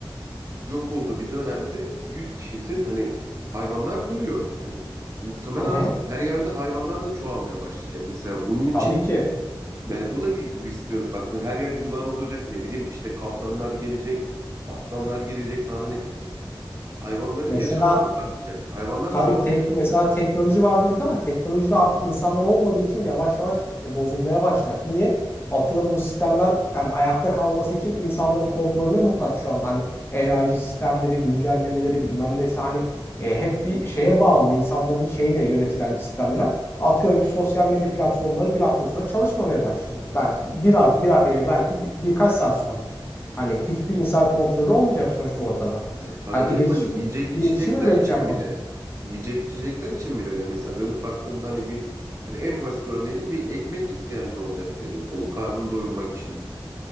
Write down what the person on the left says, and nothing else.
Hı hı.
Tabii ki.
Mesela
Tabii
tek mesela teknoloji var dedik ama teknolojide artık insanlar olmadığı için yavaş yavaş e, bozulmaya başlayacak. Niye? Atıyorum bu sistemler yani ayakta kalması için insanların kontrolüne muhtaç şu anda. Hani enerji sistemleri, güncellemeleri bilmem nesi hani e, hep bir şeye bağımlı insanların şeyle yönetilen sistemler. Atıyorum ki sosyal medya platformları bir hafta sonra çalışmamaya başlayacak. Belki bir, a- bir a- e, belki bir- birkaç saat sonra. Hani hiçbir insan kontrolü olmayacak sonuçta ortada.
Hani
iletişim,
iletişim öyle
bir şey yapmak